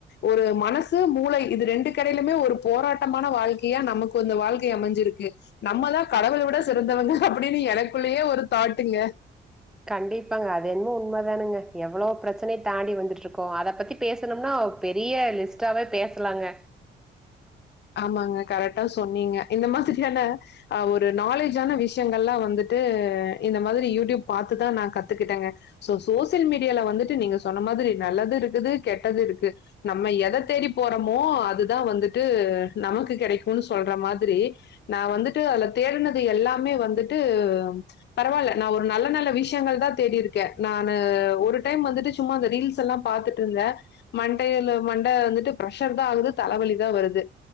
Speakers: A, on the left; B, in the centre.
A: ஒரு மனசு மூளை இது ரெண்டு கெடையிலுமே ஒரு போராட்டமான வாழ்க்கையா நமக்கு இந்த வாழ்க்கை அமஞ்சிருக்கு நம்மல்ல கடவுள விட சிறந்தவங்க அப்டின்னு எனக்குள்ளேயே ஒரு தாட்டுங்க
B: கண்டிப்பாங்க அது என்னவோ உண்மதானுங்க எவ்ளோ பிரச்சனைய தாண்டி வந்துட்ருக்கோ அத பத்தி பேசனும்னா பெரிய லிஸ்டாவே பேஸ்லாங்க
A: ஆமாங்க கரெட்டா சொன்னீங்க இந்த மாதிரியான ஆ ஒரு நாலேஜான விஷயங்கல்லா வந்துட்டு இந்த மாதிரி யூட்யூப் பாத்துதா நா கத்துக்கிட்டங்க சோ சோசியல் மீடியால வந்துட்டு நீங்க சொன்ன மாதிரி நல்லது ருக்குது கெட்டது ருக்கு நம்ம எத தேடி போறோமோ அதுதா வந்துட்டு நமக்கு கெடைக்குன்னு சொல்ற மாதிரி நா வந்துட்டு அதுல தேட்னது எல்லாமே வந்துட்டு பரவால்ல நா ஒரு நல்ல நல்ல விஷயங்கள் தா தேடிருக்கே நா ஒரு டைம் வந்துட்டு சும்மா அந்த ரீல்ஸ்ஸெல்லா பாத்துட்ருந்த மண்டையில மண்ட வந்துட்டு ஃபிரஷர் தா ஆகுது தலவலி தா வருது